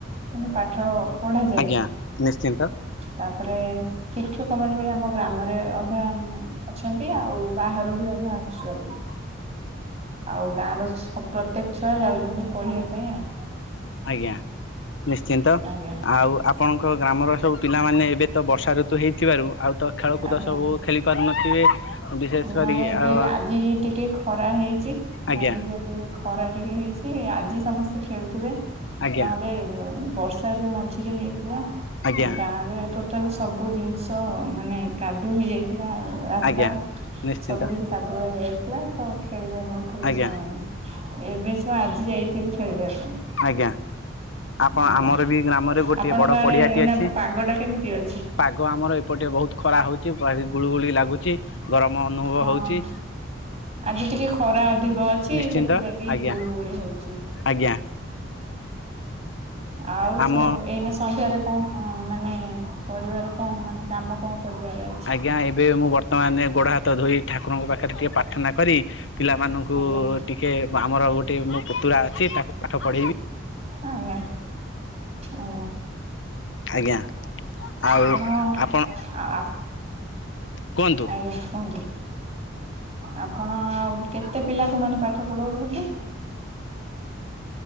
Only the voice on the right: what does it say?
ମାନେ ପାଠ ପଢାଯାଏ,
ତାପରେ ଶିକ୍ଷକ ଲୋକମାନେ ବି ଆମ ଗ୍ରାମରେ ଅଧା ଅଛନ୍ତି, ଆଉ ବାହାରୁ ବି ଅଧା ଆସୁଛନ୍ତି। ଆଉ ଗାଁ ର ସ ପ୍ରତ୍ୟେକ ଛୁଆ ଯାଉଛନ୍ତି ପଢିବା ପାଇଁ ଆଉ।
ଆଜ୍ଞା
ଆଜ୍ଞା
ନାଇଁ ଏବେ
ଆଜି ଟିକେ ଖରା ହେଇଛି,
ଆଜି ଯଦି ଖରା ଟିକେ ହେଇଛି ଆଜି ସମସ୍ତେ ଖେଳୁଥିବେ,
ନହେଲେ ବର୍ଷ ଯୋଉ ମଝିରେ ହେଇଥିଲା,
ଗାଁ ରେ ଟୋ ସବୁ ଜିନିଷ ମାନେ କାଦୁଅ ହେଇଯାଇଥିଲା ରାସ୍ତା,
ସବୁ କିଛି କାଦୁଆ ହେଇଯାଇଥିଲା ସବୁ ଖେଳି ପାର ନଥିଲେ
ଛୁଆମାନେ। ଏବେ ସୁ ଆଜି ଯାଇଥିବି ଖେଳିବା ପାଇଁ।
ଆଜ୍ଞା
ଆପଣଙ୍କ
ଆଡେ
ଏଇନା
ପାଗ ଟା କେମିତି ଅଛି?
ହଁ
ଆଜି ଟିକେ ଖରା ଅଧିକ ଅଛି
ସେଥିଲାଗି
ଗୁଳୁ ଗୁଳି ହଉଚି।
ଆଉ
ସବୁ ଏଇନା ସନ୍ଧ୍ୟାରେ କଣ କ ମାନେ କରିବାର କଣ ମାନେ କାମ କଣ କରିବାର ଅଛି।
ଆଜ୍ଞା
ଆଜ୍ଞା ଆଜ୍ଞା।
ଆପଣ
ଆ ଆ
ଆଜ୍ଞା କୁହନ୍ତୁ। ଆପଣ ଆଉ କେତେ ପିଲାଙ୍କୁ ମାନେ ପାଠ ପଢଉଚନ୍ତି।